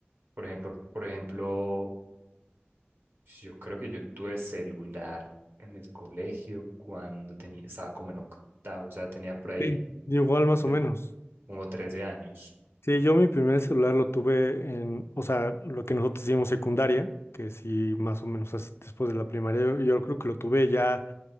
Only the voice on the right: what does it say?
por ejemplo, por ejemplo, Pues, Yo creo que yo tuve celular en el colegio cuando tenía, estaba como en octavo, o sea, tenía por ahí
de-
como 13 años.